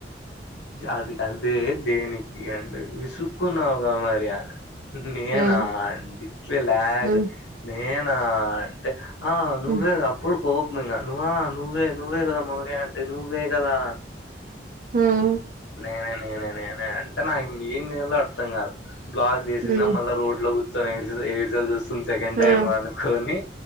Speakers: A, on the left (about 85°); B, on the right (about 45°).
A: అది అదే దేనికి అంటే విసుకున్నావుగా మరి అని నేనా
B: హ్మ్.
A: <unintelligible> అండిట్ లాగ్
B: హ్మ్.
A: నేనా అంటే ఆ నువ్వే
B: హ్మ్.
A: గా అప్పుడు కోపంగా నువ్వా నువ్వే నువ్వే కదా మనకే అంటే నువ్వే కదా
B: హ్మ్.
A: నేనే నేనే నేనే అంటే నాకు ఏ చెయ్యాలో అర్థం కాలే బ్లాక్ చేసినా
B: హ్మ్.
A: మళ్ళా రోడ్లో <unintelligible> ఎయిసెల్ వస్తుంది సెకండ్
B: హ్మ్.
A: టైమ్ అనుకొని